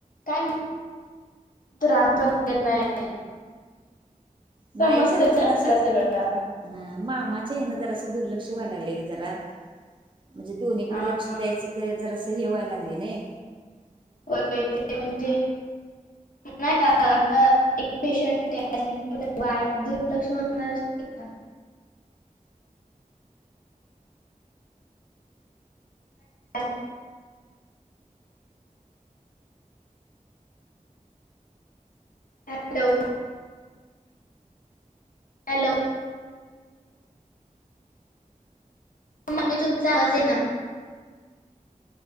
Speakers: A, on the left (about 80°); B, on the right (about 35°).
A: काय त्रास पण देत नाही. समजत
B: नाही खरंच जरासं
A: ग तिला सगळ आता
B: हा मामाच्या हेन जरा दुर्लक्ष व्हायला लागलय ग जरा म्हणजे दोन्हीकड
A: हा
B: लक्ष द्यायच जरास हेवाय लागलय नाइ
A: हो ते म्हणजे नाही का आता एक पेशंट आहे आणि त्यात एक छोट बाळ दुर्लक्ष होणारच नाही का? ह हॅलो हॅलो मामी तुमचा आवाज ये ना